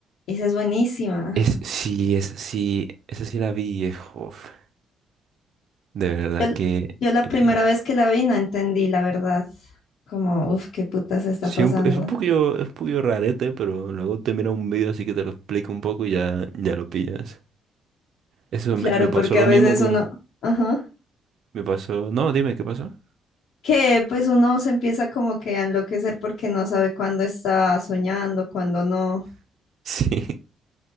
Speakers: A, on the left; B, on the right.
A: esa es buenísima.
B: Es, sí, es sí, esa sí la vi, eh, jof. De verdad
A: Yo, l-
B: que
A: yo la
B: eh,
A: primera
B: peli-
A: vez que la vi no entendí, la verdad, como, uff, qué puta se está
B: sí,
A: pasando.
B: un- es un poquillo, es un poquillo rarete, pero luego te mira un video así que te lo explico un poco y ya, ya lo pillas. Eso
A: Claro,
B: me, me
A: porque
B: pasó lo
A: a veces
B: mismo con,
A: uno, ajá,
B: me pasó, no, dime, ¿qué pasó? <laughs>
A: que pues uno se empieza como que a enloquecer porque no sabe cuándo está soñando, cuándo no.
B: Sí,